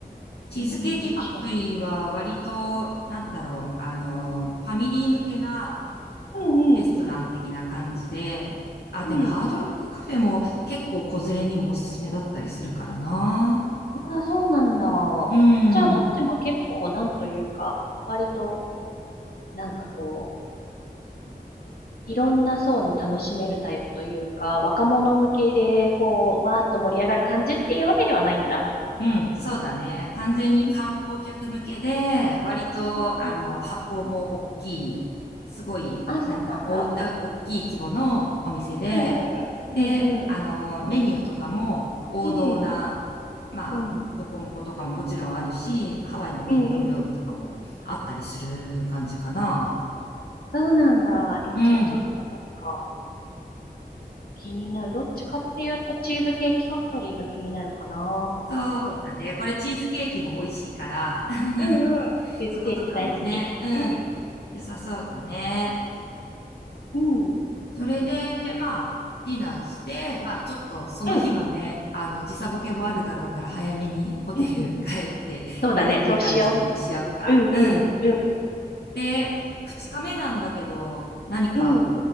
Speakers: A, on the left; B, on the left.
A: チーズケーキファクトリーは割と、
B: うん、どうしよう。
A: なんだろう、あのファミリー向けな
B: うん、
A: レストラン的な感じで、
B: うん、
A: あ、
B: うん。
A: でもハードロックカフェも結構子連れにもおすすめだったりするからな。
B: ああ、そうなんだ。
A: うん。
B: じゃあ、どっちも結構、なんというか、割と、なんかこう、いろんな層に楽しめるタイプというか、若者向けで、こう、わーっと盛り上がる感じっていうわけではないんだ。
A: うん、そうだね。完全に観光客向けで、
B: うん
A: 割と、
B: うんうん
A: あの、箱も大きい、すごい、
B: あ、そうなんだ。
A: なんだ、お、だ大きい規模のお店で、
B: うん
A: で、
B: うんうんうん
A: あの、メニューとかも王道な、
B: うん
A: まあ、
B: うん
A: ロコモコとかももちろんあるし、ハワイの伝統料理とかもあったりする感じかな。
B: うんうんそうなんだ。えーじゃあちょっとなんか
A: うん、
B: 気になる。どっちかっていうとチーズケーキファクトリーが気になるかな。
A: そうだね。これチーズケーキも美味しいから、<laughs>
B: うんうん。チーズケーキ大好き。
A: そことかもね、うん、
B: うん
A: 良さそうだね。
B: うん
A: それで、まあ、ディナーして、まあ、ちょっとその日はね、
B: うん
A: あの、時差ボケもあるだろうから、
B: うん
A: 早めにホテル帰って
B: うんうん。
A: <laughs>
B: そうだね。
A: 寝るって感じにしよっか。
B: そうしよう。うんうんうん
A: うん。で、二日目なんだけど、何か
B: うん。